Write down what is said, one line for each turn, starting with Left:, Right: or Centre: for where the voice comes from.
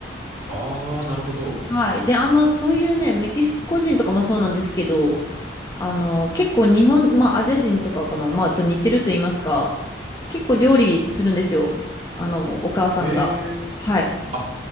Right: あー、なるほど。
Left: はい。で、あの、そういうね、メキシコ人とかもそうなんですけど、あの、結構日本、まあ、アジア人とかかな、まあ、と似てると言いますか、結構料理するんですよ。あの、お母さんが。
Right: えー。
Left: はい。
Right: あ、